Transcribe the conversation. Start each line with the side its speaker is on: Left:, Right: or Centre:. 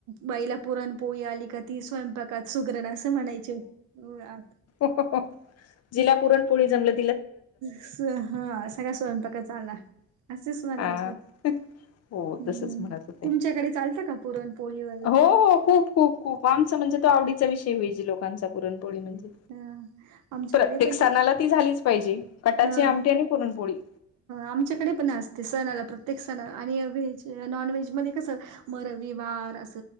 Right: बाईला पुरणपोळी आली का ती स्वयंपाकात सुगरण असं म्हणायचे <unintelligible>
Left: हुं हुं <inaudible> जिला पुरणपोळी जमले
Right: स्स हा सगळा स्वयंपाकच झाला असच म्हणायचे.
Left: हा
Right: <unintelligible>
Left: हो
Right: हम्म
Left: तसच म्हणत होते.
Right: तुमच्याकडे चालतं का पुरण पोळीव
Left: हो- हो खूप -खूप -खूप आमचा म्हणजे तो आवडीचा विषय व्हेज लोकांचा पुरणपोळी म्हणजे.
Right: ह आमच्याकडे
Left: प्रत्येक
Right: पण
Left: सणाला
Right: ते
Left: ती झालीच पाहिजे कटाची
Right: ह
Left: आमटी आणि पुरणपोळी.
Right: आमच्याकडे पण असते सणाला प्रत्येक सणा -आणि व्हेज -नॉन व्हेज मध्ये कसं म रविवार अस